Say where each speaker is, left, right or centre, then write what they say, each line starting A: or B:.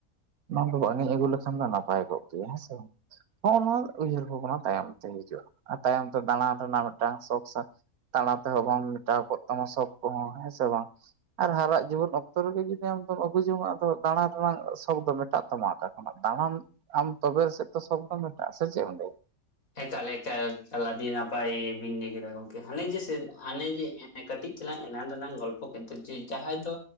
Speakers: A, on the right; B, on the left.
A: ᱚᱱᱟ ᱫᱚ ᱵᱟᱝ ᱤᱧ ᱟᱹᱜᱩ ᱞᱮᱠᱷᱟᱱ ᱫᱚ ᱱᱟᱯᱟᱭ ᱠᱚᱜ ᱠᱮᱭᱟ ᱦᱮᱸ ᱥᱮ ᱵᱟᱝ ᱦᱚᱜᱼᱚ ᱱᱚᱣᱟ ᱩᱭᱦᱟᱹᱨ ᱵᱷᱟᱵᱽᱱᱟ ᱛᱟᱭᱚᱢ <unintelligible> ᱦᱤᱡᱩᱜᱼᱟ ᱟᱨ ᱛᱟᱭᱚᱢ ᱛᱮ ᱫᱟᱬᱟᱱ ᱨᱮᱱᱟᱜ ᱢᱤᱫᱴᱟᱝ <inaudible> ᱫᱟᱬᱟ ᱛᱮᱦᱚᱸ ᱵᱟᱝ ᱢᱮᱴᱟᱣ ᱠᱚᱜ ᱛᱟᱢᱟ ᱥᱚᱠ ᱠᱚᱦᱚᱸ ᱦᱮᱸ ᱥᱮ ᱵᱟᱝ ᱟᱨ ᱦᱟᱨᱟᱜ ᱡᱩᱣᱟᱱ ᱚᱠᱛᱚ ᱨᱮᱜᱮ ᱡᱩᱫᱤ ᱟᱢ ᱫᱚᱢ ᱟᱹᱜᱩ ᱡᱚᱝᱟᱜ ᱟᱫᱚ ᱫᱟᱲᱟ ᱨᱮᱱᱟᱜ ᱥᱚᱠ ᱫᱚ ᱢᱮᱴᱟᱜ ᱛᱟᱢᱟ ᱚᱠᱟᱨᱮ ᱚᱱᱟ ᱫᱟᱲᱟᱱ ᱟᱢ ᱛᱚᱵᱮ ᱥᱮ ᱛᱚ ᱥᱚᱠ ᱫᱚ ᱢᱮᱛᱟᱜᱼᱟ ᱥᱮ ᱪᱮᱫ ᱮᱢ ᱞᱟᱹᱭᱫᱟ
B: ᱮᱠᱟᱞ ᱮᱠᱟᱞ ᱟᱰᱤ ᱱᱟᱯᱟᱭ ᱵᱤᱱ ᱞᱟᱹᱭ ᱠᱮᱫ ᱟ ᱜᱚᱝᱠᱮ ᱦᱟᱱᱮ ᱡᱮ ᱥᱮᱫ ‌ᱦᱟᱱᱮ ᱡᱮ ᱠᱟᱹᱴᱤᱡ ᱪᱟᱞᱟᱝ ᱮᱱᱟᱱ ᱨᱮᱞᱟᱝ ᱜᱚᱞᱯᱚ ᱠᱮᱫ ᱫᱚ ᱡᱮ ᱡᱟᱦᱟᱸᱭ ᱫᱚ